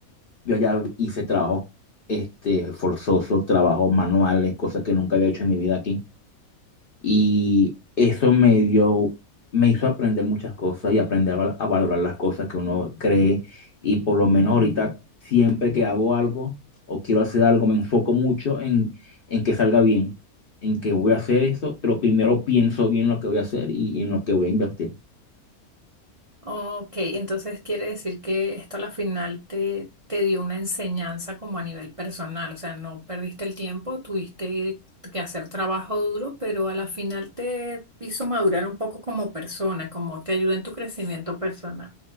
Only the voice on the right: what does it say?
Ok, entonces quiere decir que esto a la final te, te dio una enseñanza como a nivel personal, o sea, no perdiste el tiempo, tuviste que hacer trabajo duro, pero a la final te hizo madurar un poco como persona, como te ayudó en tu crecimiento personal.